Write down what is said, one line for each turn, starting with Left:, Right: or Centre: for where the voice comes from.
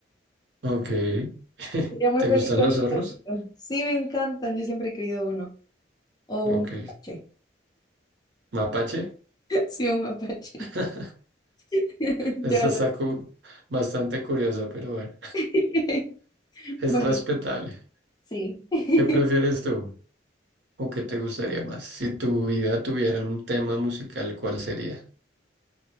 Right: Ok. <laughs>
Left: Sería muy
Right: ¿Te
Left: feliz
Right: gustan
Left: con
Right: los
Left: un
Right: zorros?
Left: zorrito. Sí, me encantan. Yo siempre he querido uno. O un
Right: Ok.
Left: mapache.
Right: ¿Mapache?
Left: <laughs> Sí, un mapache.
Right: <laughs>
Left: <laughs>
Right: Esa
Left: Yo arre.
Right: está cu- bastante curiosa, pero bueno,
Left: <laughs>
Right: <laughs> es
Left: Bueno,
Right: respetable.
Left: sí. <laughs>
Right: ¿Qué prefieres tú? ¿O qué te gustaría más? Si tu vida tuviera un tema musical, ¿cuál sería?